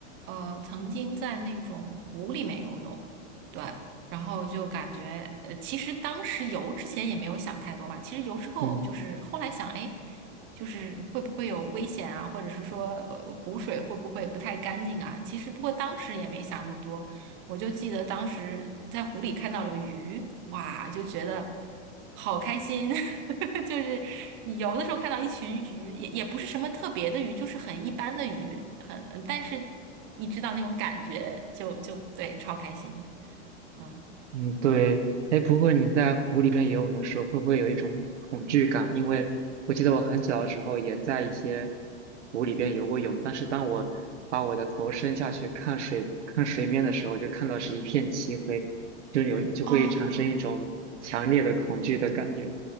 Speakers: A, on the right; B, on the right.
A: 呃，曾经在那种湖里面游泳，对，然后就感觉，呃，其实当时游之前也没有想太多嘛，其实游之后就是后来想，
B: 嗯。
A: 哎，就是会不会有危险啊，或者是说，呃湖水会不会不太干净啊？其实不过当时也没想那么多。我就记得当时在湖里看到了鱼，哇，就觉得好开心。<laughs> 就是你游的时候看到一群鱼，也也不是什么特别的鱼，就是很一般的鱼，很，嗯但是你知道那种感觉就，就对，超开心。嗯，
B: 嗯，对，哎，不过你在湖里边游泳的时候，会不会有一种恐惧感？因为我记得我很小的时候也在一些湖里边游过泳，但是当我把我的头伸下去看水看水面的时候，就看到是一片漆黑，就有就会产生一种强烈的恐惧的感觉。
A: 哦，